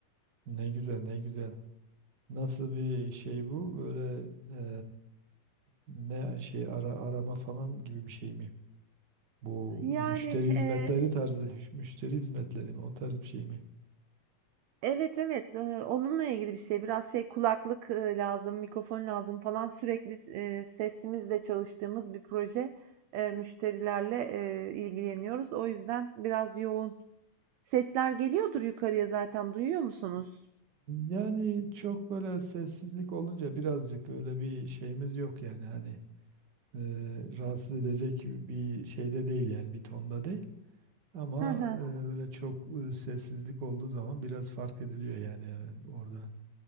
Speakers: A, on the right; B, on the right.
A: ne güzel, ne güzel. Nasıl bir şey bu? Böyle e, ne şey ara arama falan gibi bir şey mi? Bu
B: Yani
A: e, müşteri hizmetleri
B: eee,
A: tarzı, müşteri hizmetleri mi? O tarz bir şey mi?
B: evet evet eee, onunla ilgili bir şey. Biraz şey kulaklık eee, lazım, mikrofon lazım falan. Sürekli eee, sesimizle çalıştığımız bir proje. Eee, müşterilerle eee, ilgileniyoruz. O yüzden biraz yoğun. Sesler geliyordur yukarıya zaten. Duyuyor musunuz?
A: Yani çok böyle sessizlik olunca birazcık öyle bir şeyimiz yok yani hani e, rahatsız edecek bir şeyde değil yani bir tonda değil. Ama
B: Hı hı.
A: e, böyle çok e, sessizlik olduğu zaman biraz fark ediliyor yani e, orada